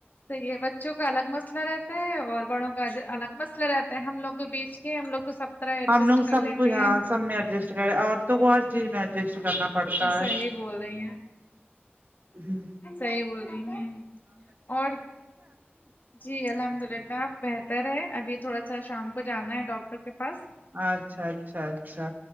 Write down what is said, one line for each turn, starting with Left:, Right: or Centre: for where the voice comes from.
Left: صحیح ہے بچوں کا الگ مسئلہ رہتا اور بڑوں کا الگ مسئلہ رہتا ہے ہم لوگ کے بیچ کے ہم لوگ کو سب طرح ایڈجسٹ
Right: ہم لوگ
Left: کر
Right: سب
Left: لیتے
Right: کچھ ہاں
Left: ہیں
Right: سب میں ایڈجسٹ کرے عورتوں کو ہر چیز میں ایڈجسٹ کرنا پڑتا
Left: صحیح
Right: ہے
Left: بول رہی ہیں
Right: ہوں
Left: صحیح بول رہی ہیں اور جی الحمد للہ اب بہتر ہے ابھی تھوڑا اچھا شام کو جانا ہے ڈاکٹر کے پاس
Right: اچھا اچھا اچھا